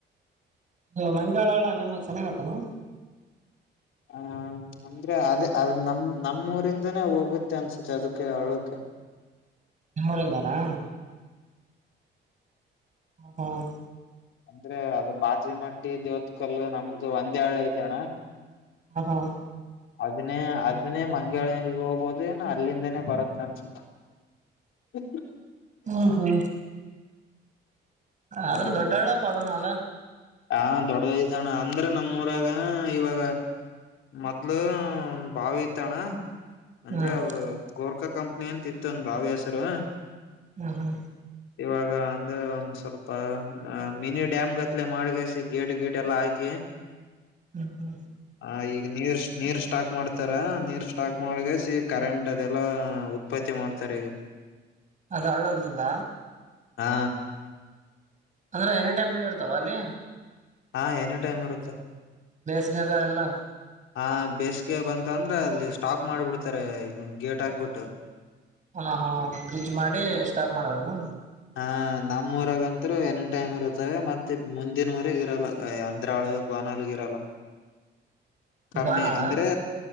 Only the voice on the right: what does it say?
ಇದು ಮಂಜಾಳಳ ನಿಮಗ್ ಚೆನ್ನಾಗಪ್ಪನು
ನರಲ್ಲಾನ ಹ ಹ
ಹ ಹಾ
ಹ್ಮ ಹಾ ಆದ್ರೂ
ದೊಡ್ಡಳ್ಳಪ್ಪ ಅದನ ಅಲ್ಲ
ಹ್ಮ್
ಹ್ಮ ಹ್ಮ
ಹ್ಮ್ ಹ್ಮ್
ಅದು ಹಳ್ಳೂರ್ಲಿಂದ
ಅಂದ್ರೆ ಎನಿ ಟೈಮ್ ನಿಲ್ಲಿ ಇರ್ತಾವ ಅಲ್ಲಿ
<unintelligible> ಎಲ್ಲ
ಹಾ ಹಾ ಬ್ರಿಡ್ಜ್ ಮಾಡಿ ಸ್ಟಾರ್ಟ್ ಮಾಡೋದಲ್ಲ
<inaudible>
ಗೋನಾಳ